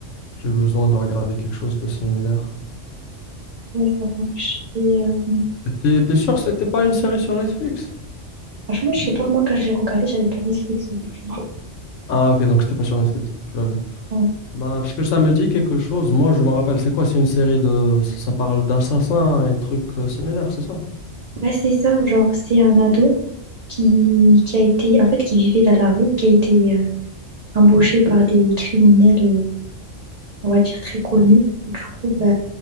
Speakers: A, on the left (about 85°); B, on the right (about 60°).
A: J'ai besoin de regarder quelque chose de similaire.
B: Ouais, ça marche. Et euh,
A: T'es t'es sûr que c'était pas une série sur Netflix?
B: franchement, je sais pas, moi, quand je l'ai regardé j'avais pas Netflix, donc je me rappelle
A: Ah, ok, donc c'était pas sur Netflix. Je l'avais.
B: pas
A: Bah, parce que ça me dit quelque chose. Moi, je me rappelle. C'est quoi? C'est une série de. Ça, ça parle d'assassins et trucs euh, similaires, c'est ça?
B: Ouais, c'est ça, genre, c'est un ado qui, qui a été, en fait, qui vivait dans la rue, qui a été euh, embauché par des criminels. euh, on va dire, très connu. Et du coup, bah,